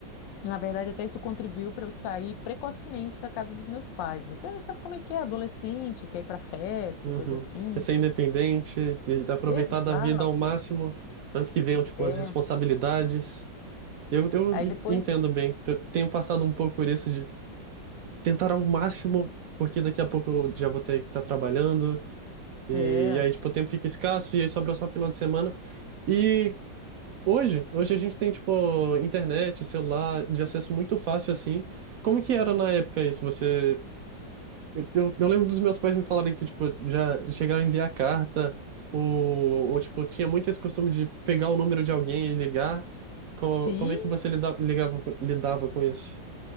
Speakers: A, on the left; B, on the right.
A: na verdade, até isso contribuiu para eu sair precocemente da casa dos meus pais. Mas é, sabe como é que é? Adolescente, quer ir para festa
B: Uhum.
A: e coisa assim.
B: Quer ser independente, ter- aproveitar
A: Exato,
B: da vida ao máximo, antes que venham, tipo,
A: é.
B: as responsabilidades. Eu, eu
A: Aí depois,
B: entendo bem. T- Tenho passado um pouco por isso de tentar ao máximo, porque daqui a pouco eu já vou ter que estar trabalhando, e,
A: é.
B: e aí, tipo, o tempo fica escasso, e aí sobra só final de semana. E hoje, hoje a gente tem, tipo, internet, celular, de acesso muito fácil, assim. Como que era na época isso? Você Eu, eu- eu lembro dos meus pais me falarem que, tipo, já chegaram a enviar carta, ou, ou tipo, tinha muito esse costume de pegar o número de alguém e ligar. Co-
A: Sim,
B: como é que você lida, ligava, co- lidava com isso?